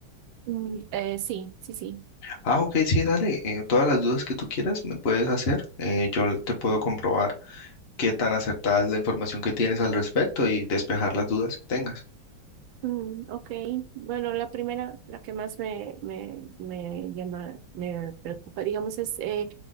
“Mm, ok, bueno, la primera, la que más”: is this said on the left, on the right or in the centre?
Right